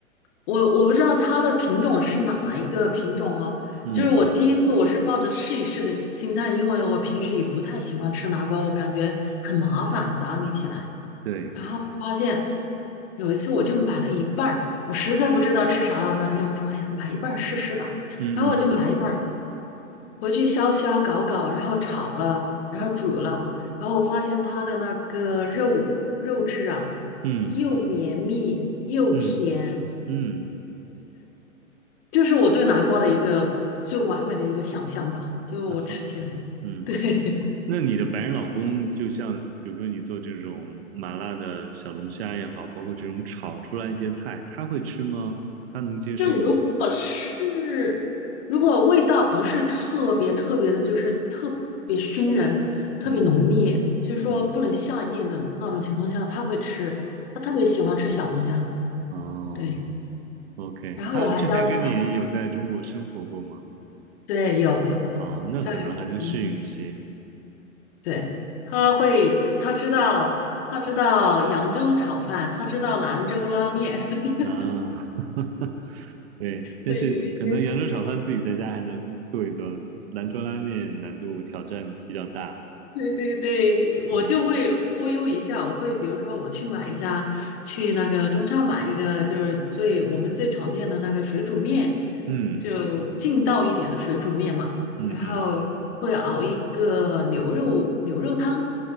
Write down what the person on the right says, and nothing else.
嗯，
对，
嗯嗯
嗯
嗯嗯，
还好，嗯。
那你的白人老公，就像比如说你做这种麻辣的小龙虾也好，包括这种炒出来一些菜，他会吃吗？他能接受吗？
嗯
嗯，
哦
，OK，
他之前跟你有在中国生活过吗？
哦，那可能还能适应一些
啊。<laughs> 对，但是可能扬州炒饭自己在家还能做一做，
兰州拉面难度挑战比较大。
嗯
嗯
嗯嗯